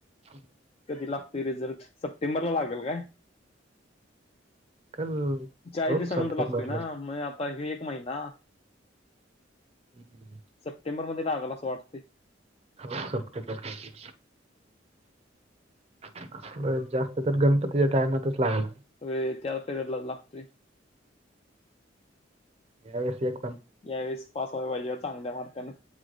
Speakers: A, on the right (about 35°); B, on the left (about 30°).
A: हम्म.
B: कधी लागतय रिझल्ट,, सप्टेंबर ला लागल काय.?
A: काल
B: चाळीस
A: हो
B: दिवसांनंतर
A: सप्टेंबरला.
B: लागतोय ना,, मग आता हे महिना
A: हम्म.
B: सप्टेंबर मध्ये लागल असं वाटतंय.
A: होय संप्टेबर मध्ये होय, जास्त तर गणपतीच्या टायमातच लागणार.
B: होय त्या पिरेयड लाच लागतूय.
A: ह्या वर्षी एक
B: यावेळेस, पास व्हाय पायजे बघ चांगल्या मार्कानं.